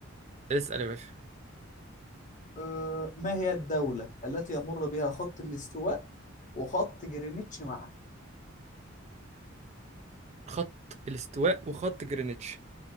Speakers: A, on the right; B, on the left.
A: اسأل يا باشا
B: أه ما هي الدوله التي يمر بها خط الاستواء وخط جرينتش معا
A: خط الاستواء وخط جرينتش